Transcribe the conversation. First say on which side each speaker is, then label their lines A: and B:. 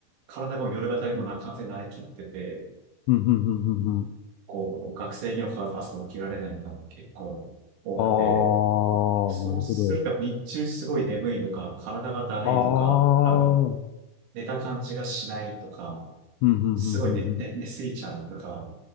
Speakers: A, on the right; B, on the left.
A: 体がもう夜型にもな、
B: うん、
A: 完全に慣れきってて、
B: うん、うん、うん。うん
A: こう、学生にもかかわらず朝起きられないみたいなのが結構多くて、
B: あー、
A: そうするとやっぱ日中すごい眠いとか、
B: なるほど。
A: 体がだるいとか、
B: ああ。
A: あの、
B: うん、
A: 寝た感じがしないとか、
B: うん、うん、
A: すごい寝て、寝すぎちゃうとか、